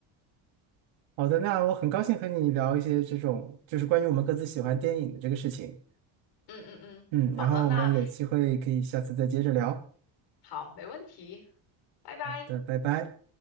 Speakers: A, on the right (about 70°); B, on the left (about 55°).
A: 好的，那我很高兴和你聊一些这种就是关于我们各自喜欢电影的这个事情，
B: 嗯嗯嗯，
A: 嗯，然后我们有机会可以下次再接着聊。
B: 好的，那好，没问题，拜拜。
A: 好的，拜拜。